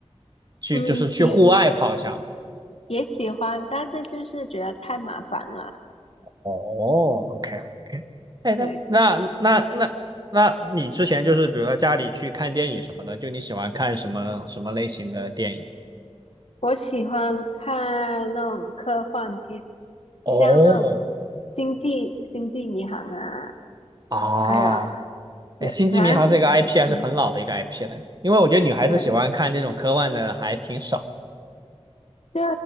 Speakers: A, on the right (about 35°); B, on the left (about 65°).
A: 去就是去户外跑一下嘛。
B: 嗯，喜也喜欢，但是就是觉得太麻烦了。
A: 哦，OK OK，哎，那那那那那你之前就是比如说家里去看电影什么的，
B: 对。
A: 就你喜欢看什么什么类型的电影？
B: 我喜欢看那种科幻片，
A: 哦
B: 像那种《星际星际迷航》啊，
A: 啊，
B: 还有有反正就嗯
A: 哎，《星际迷航》这个 IP 还是很老的一个 IP 了，因为我觉得女孩子喜欢看这种科幻的还挺少。
B: 对，就